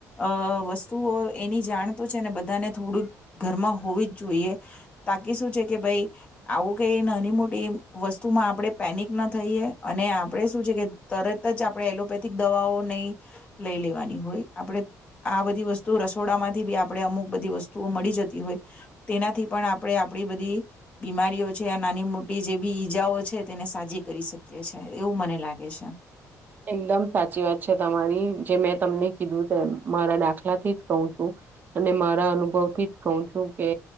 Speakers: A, on the left; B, on the right.
A: અ વસ્તુઓ એની જાણ તો છે ને બધાને થોડુંક ઘરમાં હોવી જ જોઈએ તાકી શું છે કે ભાઈ આવું કેઈ નાની મોટી વસ્તુમાં આપણે પેનિક ન થઈએ અને આપણે શું છે કે તરત જ આપણે એલોપેથિક દવાઓ નહી લઈ લેવાની હોય આપણે આ બધી વસ્તુ રસોડામાંથી બી આપણે અમુક બધી વસ્તુઓ મળી જતી હોય તેનાથી પણ આપણે આપણી બધી બીમારીઓ છે આ નાની મોટી જે બી ઈજાઓ છે તેને સાજી કરી શકીએ છે એવું મને લાગે છે.
B: એકદમ સાચી વાત છે તમારી જે મેં તમને કીધું તેમ મારા દાખલા થી જ કહ છું અને મારા અનુભવ થી જ કહ છું કે